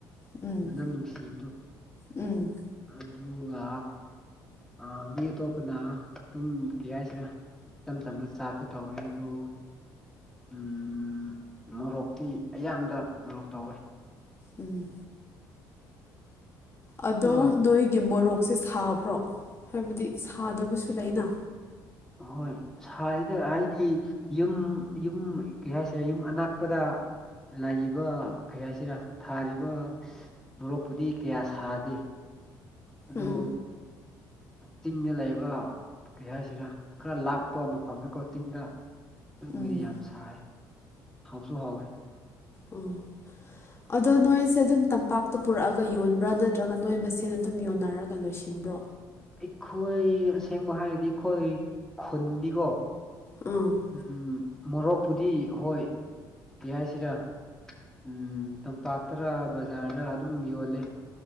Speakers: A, on the left; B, in the centre.
A: ꯎꯝ
B: ꯃꯅꯝ ꯅꯨꯡꯁꯤꯕꯗꯨ
A: ꯎꯝ
B: ꯑꯗꯨꯒ ꯑꯥ ꯃꯤ ꯑꯇꯣꯞꯄꯅ ꯑꯗꯨꯝ ꯀ꯭ꯔꯤ ꯍꯥꯏꯁꯤꯔ ꯏꯆꯝ ꯆꯝꯕ ꯆꯥꯛꯇ ꯇꯧꯋꯦ ꯑꯗꯨ ꯎꯝ ꯃꯣꯔꯣꯛꯇꯤ ꯑꯌꯥꯝꯕ ꯃꯣꯔꯣꯛ ꯇꯧꯋꯦ
A: ꯎꯝ ꯑꯗꯣ
B: ꯑꯗꯨꯒ
A: ꯅꯣꯏꯒꯤ ꯃꯣꯔꯣꯛꯁꯦ ꯁꯥ ꯕ꯭ꯔꯣ ꯍꯥꯏꯕꯗꯤ ꯁꯥꯗꯕꯁꯨ ꯂꯩꯅ
B: ꯍꯣꯏ ꯁꯥꯏꯗ ꯍꯥꯏꯗꯤ ꯌꯨꯝ ꯌꯨꯝ ꯀꯩ ꯍꯥꯏꯁꯤꯔ ꯌꯨꯝ ꯑꯅꯛꯄꯗ ꯂꯩꯕ ꯀꯩ ꯍꯥꯏꯁꯤꯔ ꯊꯥꯔꯤꯕ ꯃꯣꯔꯣꯛꯄꯨꯗꯤ ꯀꯌꯥ ꯁꯥꯗꯦ ꯑꯗꯨ
A: ꯎꯝ
B: ꯆꯤꯡꯗ ꯂꯩꯕ ꯀꯩ ꯍꯥꯏꯁꯤꯔ ꯈꯔ ꯂꯥꯞ ꯑꯗꯣ ꯃꯐꯝꯗꯀꯣ ꯆꯤꯡꯗ ꯑꯗꯨ ꯑꯣꯏꯗꯤ
A: ꯎꯝ
B: ꯌꯥꯝ ꯁꯥꯏ ꯍꯥꯎꯁꯨ ꯍꯥꯎꯋꯦ
A: ꯎꯝ ꯑꯗꯣ ꯅꯣꯏꯁꯦ ꯑꯗꯨꯝ ꯇꯝꯄꯥꯛꯇ ꯄꯨꯔꯛꯑꯒ ꯌꯣꯟꯕ꯭ꯔꯥ ꯅꯠꯇ꯭ꯔꯒ ꯅꯣꯏ ꯃꯁꯦꯟ ꯑꯗꯨꯝ ꯌꯣꯟꯅꯔꯒ ꯂꯣꯏꯁꯤꯟꯕ꯭ꯔꯣ
B: ꯑꯩꯈꯣꯏ ꯑꯁꯦꯡꯕ ꯍꯥꯏꯔꯗꯤ ꯑꯩꯈꯣꯏ ꯈꯨꯟꯗꯤꯀꯣ
A: ꯎꯝ
B: ꯎꯝ ꯃꯣꯔꯣꯛꯄꯨꯗꯤ ꯍꯣꯏ ꯀꯩ ꯍꯥꯏꯁꯤꯔ ꯎꯝ ꯇꯝꯄꯥꯛꯇꯔꯥ ꯕꯖꯥꯔꯗꯔ ꯑꯗꯨꯝ ꯌꯣꯜꯂꯦ